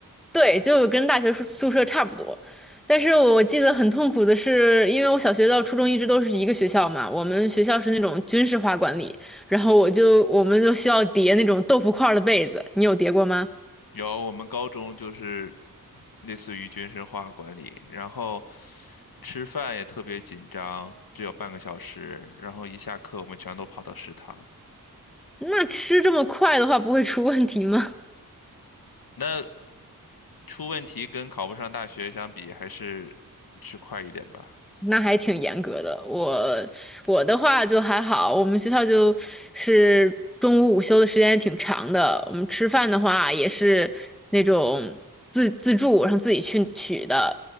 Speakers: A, in the centre; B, on the left.
A: 对，就跟大学宿宿舍差不多。但是我记得很痛苦的是，因为我小学到初中一直都是一个学校嘛，我们学校是那种军事化管理，然后我就我们就需要叠那种豆腐块儿的被子，你有叠过吗？
B: 有，我们高中就是类似于军事化管理，然后吃饭也特别紧张，只有半个小时，然后一下课我们全都跑到食堂。
A: 那吃这么快的话，不会出问题吗？
B: 那出问题跟考不上大学相比，还是吃快一点吧。
A: 那还挺严格的。我我的话就还好，我们学校就是中午午休的时间也挺长的。我们吃饭的话也是那种自自助，然后自己去取的，